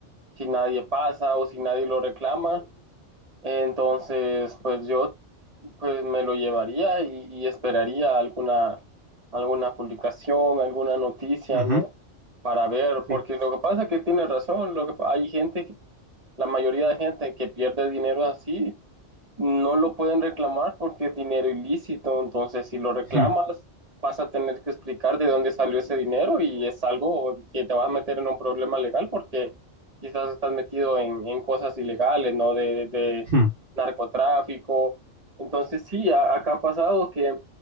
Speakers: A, on the right; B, on the right.
A: si nadie pasa o si nadie lo reclama entonces, pues yo pues me lo llevaría y, y esperaría alguna, alguna publicación, alguna noticia,
B: Ujú.
A: ¿no? Para ver, porque
B: Sí.
A: lo que pasa es que tiene razón, lo que, hay gente, que- la mayoría de gente que pierde dinero así no lo pueden reclamar porque es dinero ilícito, entonces si lo reclamas
B: Hmm,
A: vas a tener que explicar de dónde salió ese dinero y es algo que te vas a meter en un problema legal porque quizás estás metido en, en cosas ilegales, ¿no? De, de
B: hmm.
A: narcotráfico. Entonces sí, a- acá ha pasado que